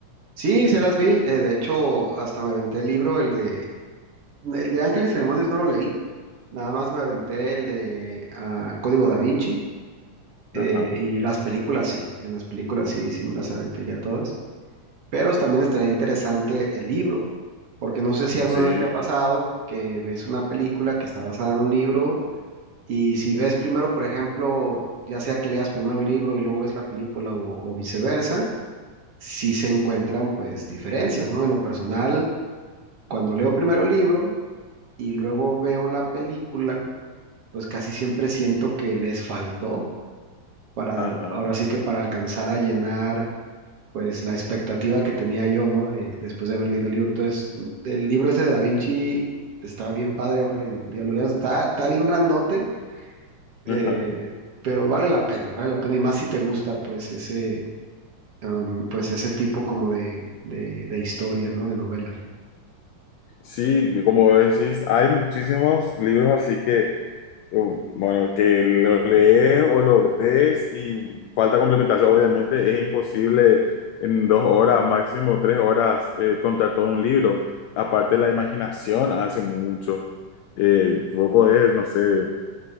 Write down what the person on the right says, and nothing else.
Sí, se las vi. eh, de hecho, hasta me aventé el libro, el de, el de Ángeles y Demonios no lo leí. Nada más me aventé el de ah, Código Da Vinci. Eh,
y las películas sí, en las películas sí, sí me las aventé ya todas. Pero también estaría interesante el libro, porque no sé si alguna
vez te ha pasado que ves una película que está basada en un libro y si ves primero, por ejemplo, ya sea que leas primero el libro y luego ves la película o, o viceversa, sí se encuentran pues diferencias, ¿no? En lo personal, cuando leo primero el libro y luego veo la película, pues casi siempre siento que les faltó para,
ahora sí que para alcanzar a llenar pues la expectativa que tenía yo, ¿no? De, después de haber leído el libro. Entonces, el libro ese de Da Vinci está bien padre, ojalá y un día lo leas. Está, está bien grandote, eh,
pero vale la pena, vale la pena. Y más si te gusta, pues, ese, um, pues ese tipo como de, de, de historia, ¿no? De novela.